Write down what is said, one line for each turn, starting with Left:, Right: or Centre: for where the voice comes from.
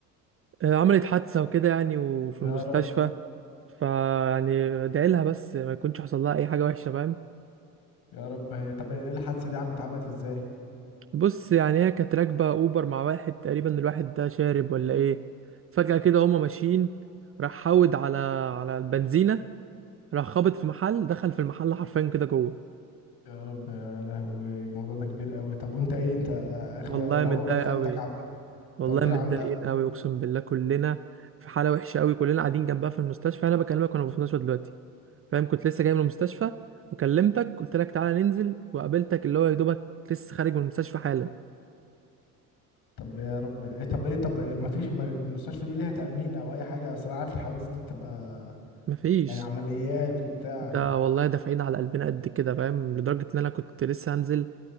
Right: آه، عملت حادثة وكده يعني وفي
Left: يا
Right: المستشفى
Left: رب
Right: فيعني ادعي لها بس ما يكونش حصل لها اي حاجه وحشه فاهم
Left: يا رب هي طب ايه الحادثة دي عم اتعملت ازاي
Right: بص يعني هي كانت راكبه اوبر مع واحد تقريبا الواحد ده شارب ولا ايه فجاه كده هما ماشيين راح حود على على البنزينه راح خابط في محل دخل في المحل حرفيا كده جوه
Left: يا رب يا لهوي الموضوع ده كبير قوي طب وانت ايه انت اخويا
Right: والله
Left: اللي
Right: متضايق
Left: هو ولاد خالتك
Right: قوي
Left: عاملين ايه
Right: والله
Left: انت قلت
Right: متضايقين
Left: لي عند
Right: قوي اقسم بالله كلنا في حاله وحشه قوي كلنا قاعدين جنبها في المستشفى انا بكلمك وانا في المستشفى دلوقتي فاهم كنت لسه جاي من المستشفى وكلمتك قلت لك تعالى ننزل وقابلتك اللي هو يا دوبك لسه خارج من المستشفى حالا
Left: طب يا رب ايه طب ايه طب إيه مفيش، ما فيش ما المستشفى دي ليها تأمين او اي حاجة اصل انا عارف الحوادث دي بتبقى
Right: مفيش
Left: يعني عمليات وبتاع
Right: ده والله دافعين على قلبنا قد كده فاهم لدرجة ان انا كنت لسه هنزل